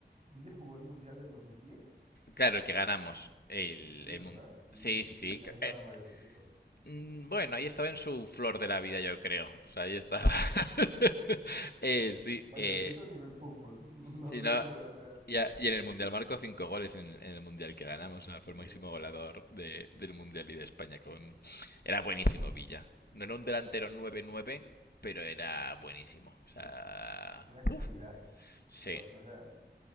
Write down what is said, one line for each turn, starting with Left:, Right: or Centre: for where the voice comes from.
Right: Villa jugó el Mundial del dos mil diez,
Left: Claro, el que ganamos, el,
Right: Sí,
Left: el
Right: ¿verdad?
Left: mun-
Right: Sí.
Left: sí, sí, sí.
Right: Y
Left: que-
Right: ahí estaba
Left: eh,
Right: mayorcito.
Left: mm, bueno, ahí estaba en su flor de la vida, yo creo. O sea, ahí estaba. <laughs> Eh, sí,
Right: Mayorcito
Left: eh,
Right: a nivel fútbol. <laughs> No
Left: Sí,
Right: hablemos
Left: no,
Right: de edad real.
Left: y, a- y en el Mundial marcó cinco goles en, en el Mundial que ganamos. o sea,
Right: Eh,
Left: fue el máximo goleador de- del Mundial y de España con... Era buenísimo Villa. No era un delantero 9-9, pero era buenísimo. O sea...
Right: era calidad,
Left: uff Sí.
Right: Dios. No era...